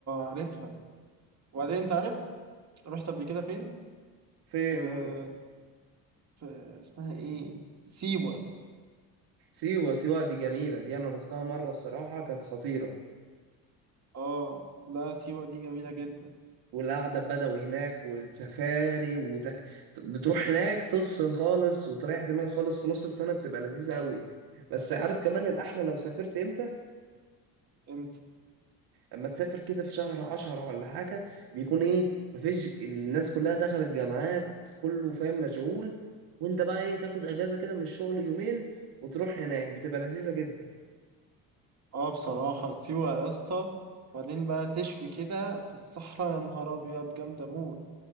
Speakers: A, on the right (about 40°); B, on the right (about 65°).
A: عارفها وبعدين انت عارف رحت قبل كده فين
B: فين
A: آه...
B: قول لي
A: في... اسمها ايه سيوة
B: سيوه سيوه دي جميله دي انا رحتها مره الصراحه كانت خطيره
A: اه لا سيوة دي جميلة جدا
B: والقعده البدوي هناك والسفاري وت... بتروح هناك تفصل خالص وتريح دماغك خالص في نص السنه بتبقى لذيذه قوي بس عارف كمان الاحلى لو سافرت امتى
A: امتى
B: اما تسافر كده في شهر عشرة ولا حاجة بيكون ايه مفيش الناس كلها دخلت جامعات كله فاهم مشغول وانت بقى ايه تاخد اجازة كده من الشغل يومين وتروح هناك بتبقى لذيذة جدا
A: اه بصراحة سيوة يا اسطى وبعدين بقى تشوي كده في الصحراء يا نهار ابيض جامدة موت